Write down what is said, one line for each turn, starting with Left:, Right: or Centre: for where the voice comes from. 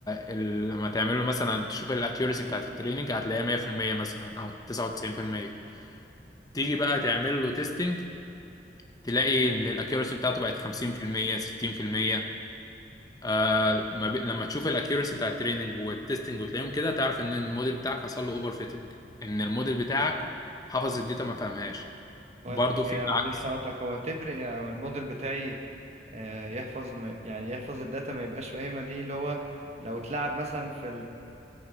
Left: ال... لما تعمله مثلا تشوف الأكيورسي بتاعت التريننج هتلاقيها 100% مثلا أو 99% تيجي بقى تعمل له تيستنج تلاقي إن الأكيورسي بتاعته بقت 50% 60% آه ما بي... لما تشوف الاكيورسي بتاع التريننج والتستنج وتلاقيهم كده تعرف ان الموديل بتاعك حصل له اوفر فيتنج ان الموديل بتاعك حفظ الداتا ما فهمهاش
Right: هو
Left: برضه في
Right: هي
Left: العكس
Right: معلش هقطعك هو تفرق يعني لو الموديل بتاعي آه، يحفظ م- يعني يحفظ الداتا ما يبقاش فاهمها دي اللي هو لو اتلعب مثلا في